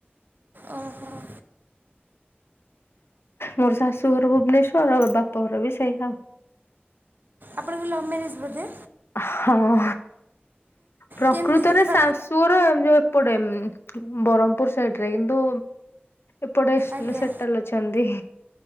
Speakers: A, on the right (about 50°); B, on the left (about 75°).
A: ଓ ହଁ।
B: ମୋର ଶାଶୁ ଘର୍ ଭୁବନେଶ୍ଵର ଆଉ ବାପା ଘର ବି ସେଇଆ।
A: ଆପଣକୁ ଲଭ୍ ମ୍ୟାରେଜ୍ ବୋଧେ?
B: ହଁ ପ୍ରକୃତରେ
A: କେମିତି ଆପଣ
B: ଶା ପୁର ଯୋଉ ଏପଟେ ବରଣପୁର ସାଇଡ ରେ କିନ୍ତୁ ଏପଟେ
A: ଆଜ୍ଞା
B: ସେଟେଲ୍ ଅଛନ୍ତି।